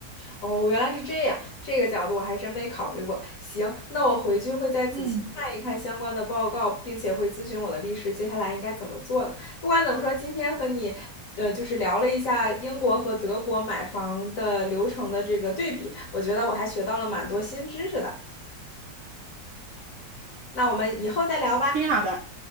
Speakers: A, on the left; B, on the right.
A: 哦，原来是这样，这个角度我还真没考虑过。行，那我回去会再仔细看一看相关的报告，
B: 嗯，
A: 并且会咨询我的律师，接下来应该怎么做的。不管怎么说，今天和你，呃，就是聊了一下英国和德国买房的流程的这个对比，我觉得我还学到了蛮多新知识的。那我们以后再聊吧。
B: 挺好的。